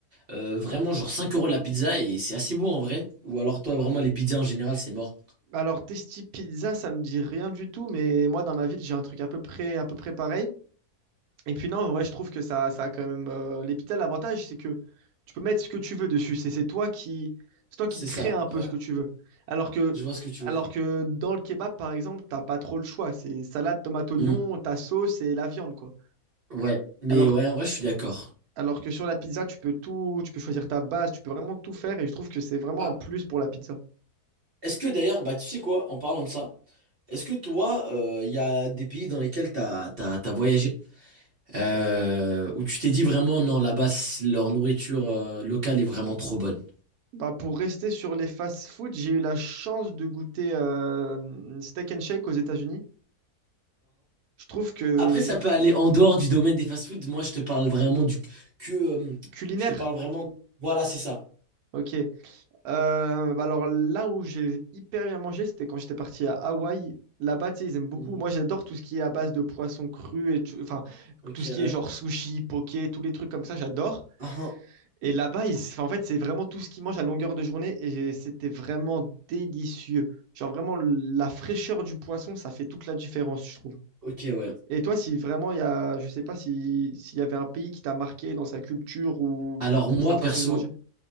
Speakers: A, on the right (about 45°); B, on the right (about 75°).
A: euh, vraiment genre 5 euros de la pizza et c'est assez bon en vrai. Ou alors toi, vraiment, les pizzas en général, c'est mort.
B: Alors, Testi Pizza, ça me dit rien du tout, mais moi, dans ma ville, j'ai un truc à peu près, à peu près pareil. Et puis non, ouais, je trouve que ça, ça a quand même. euh, L'Epita, l'avantage, c'est que tu peux mettre ce que tu veux dessus. C'est c'est toi qui, c'est toi
A: C'est
B: qui crée
A: ça,
B: un peu
A: ouais.
B: ce que tu veux. Alors que,
A: Je vois ce que tu
B: alors
A: veux dire.
B: que dans le kebab, par exemple, t'as pas trop le choix. C'est salade, tomate, oignon,
A: Mm,
B: ta sauce et la viande, quoi.
A: ouais, mais
B: Alors,
A: ouais,
B: que-
A: en vrai, je suis d'accord.
B: alors que sur la pizza, tu peux tout, tu peux choisir ta base, tu peux vraiment tout faire. Et je trouve que c'est vraiment
A: Bah,
B: un plus pour la pizza.
A: Est-ce que d'ailleurs, bah tu sais quoi, en parlant de ça, est-ce que toi, il y a des pays dans lesquels t'as, t'as, t'as voyagé, euh, où tu t'es dit vraiment, non, là-bas, c- leur nourriture euh, locale est vraiment trop bonne?
B: Bah, pour rester sur les fast-food, j'ai eu la chance de goûter euh, steak and shake aux États-Unis. Je trouve que
A: Après, ça peut aller en dehors du domaine des fast-foods. Moi, je te parle vraiment du que. euh,
B: culinaire.
A: je te parle vraiment. Voilà, c'est ça.
B: Ok. Euh, bah alors là où j'ai hyper bien mangé, c'était quand j'étais parti à Hawaï. Là-bas, tu sais, ils aiment beaucoup.
A: Mhm.
B: Moi, j'adore tout ce qui est à base de poisson cru et tu- enfin
A: Ok,
B: tout ce
A: ouais.
B: qui est genre sushi, poké, tous les trucs comme ça, j'adore.
A: Ah,
B: Et là-bas, ils- enfin, en fait, c'est vraiment tout ce qu'ils mangent à longueur de journée et j'ai- c'était vraiment délicieux. Genre vraiment la fraîcheur du poisson, ça fait toute la différence, je trouve.
A: ok, ouais.
B: Et toi, si vraiment il y a, je sais pas si s'il y avait un pays qui t'a marqué dans sa culture ou
A: Alors, moi,
B: dans sa façon
A: perso.
B: de manger.